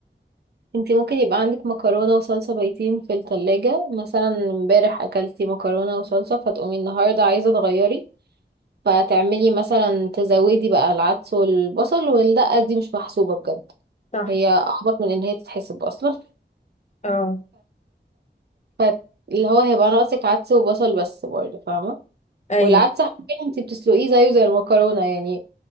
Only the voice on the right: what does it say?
انت ممكن يبقى عندك مكرونة وصلصة بايتين في التلاجة مثلا امبارح اكلتي مكرونة وصلصة فتقومي النهاردة عايزة تغيري فتعملي مثلا تزودي بقى العدس والبصل والدقة دي مش محسوبة بجد
هي اعبط من ان هي تتحسب اصلا
فاللي هو هيبقى ناقصك عدس وبصل بس برضه فاهمة
والعدس حرفيا انتي بتسلقيه زيه زي المكرونة يعني